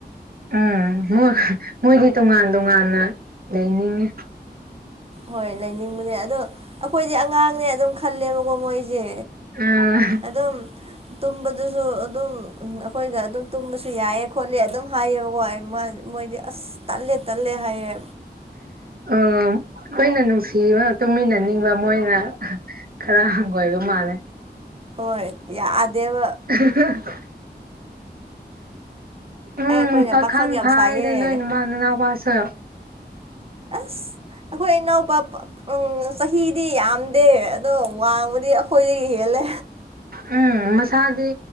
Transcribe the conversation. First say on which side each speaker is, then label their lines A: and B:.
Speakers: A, on the right; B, on the right.
A: ꯎꯝ ꯃꫭꯏ ꯃꯣꯏꯗꯤ ꯇꯣꯉꯥꯟ ꯇꯣꯉꯥꯟꯅ ꯂꯩꯅꯤꯡꯉꯤ
B: ꯍꯣꯏ ꯂꯩꯅꯤꯡꯕꯅꯦ ꯑꯗꯣ ꯑꯩꯈꯣꯏꯗꯤ ꯑꯉꯥꯡꯅꯦ ꯑꯗꯨꯝ ꯈꯜꯂꯦꯕꯀꯣ ꯃꯣꯏꯁꯦ
A: ꯑꯥ
B: ꯑꯗꯨꯝ ꯇꯨꯝꯕꯗꯨꯁꯨ ꯑꯗꯨꯝ ꯑꯩꯈꯣꯏꯒ ꯑꯗꯨꯝ ꯇꯨꯝꯕꯁꯨ ꯌꯥꯏꯌꯦ ꯈꯣꯠꯂꯦ ꯑꯗꯨꯝ ꯍꯥꯏꯌꯦꯕꯀꯣ ꯃꯥ ꯃꯣꯏꯗꯤ ꯑꯁ ꯇꯠꯂꯦ ꯇꯠꯂꯦ ꯍꯥꯏꯌꯦ
A: ꯎꯝ ꯑꯩꯈꯣꯏꯅ ꯅꯨꯡꯁꯤꯕ ꯇꯨꯝꯃꯤꯟꯅꯅꯤꯡꯕ ꯃꯣꯏꯅ ꯈꯔ ꯍꯪꯒꯣꯏꯕ ꯃꯥꯜꯂꯦ
B: ꯍꯣꯏ ꯌꯥꯗꯦꯕ
A: ꯑ <unintelligible> ꯎꯝ
B: ꯑꯩ ꯑꯩꯈꯣꯏꯅ
A: ꯄꯥꯈꯪ
B: ꯌꯥꯝ
A: ꯐꯥꯔꯦꯗ
B: ꯁꯥꯏꯌꯦ
A: ꯅꯣꯏ ꯅ ꯅꯅꯥꯎꯄꯥꯁꯨꯣ
B: ꯑꯁ ꯑꯩꯈꯣꯏ ꯏꯅꯥꯎꯄꯥ ꯎꯝ ꯆꯍꯤꯗꯤ ꯌꯥꯝ ꯗꯦ ꯑꯗꯣ ꯋꯥꯡꯕꯗꯤ ꯑꯩꯈꯣꯏꯗꯒꯤ ꯍꯦꯜꯂꯦ
A: ꯎꯝ ꯃꯁꯥꯗꯤ